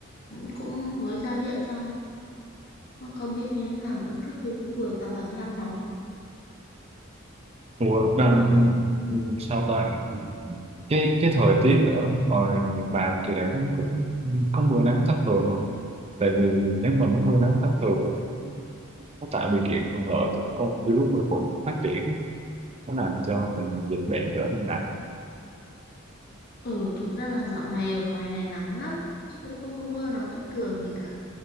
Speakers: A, on the left (about 45°); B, on the right (about 30°).
A: ừ, cũng mới ra viện xong không biết như thế nào được trước tôi cũng vừa tạm vào thăm nó
B: Ủa, mà,
A: ờ
B: ừ, sao ta cái cái thời tiết ở ngoài miền Bà kỳ này nó cũng có mưa nắng thất thường không tại vì nếu mà nó mưa nắng thất thường á, nó tạo điều kiện thuận lợi cho con virus vi khuẩn phát triển á. nó làm cho mình dịch bệnh trở nên nặng
A: ừ thực ra là dạo này ở ngoài này nắng lắm chứ cũng không có mưa nắng thất thường gì cả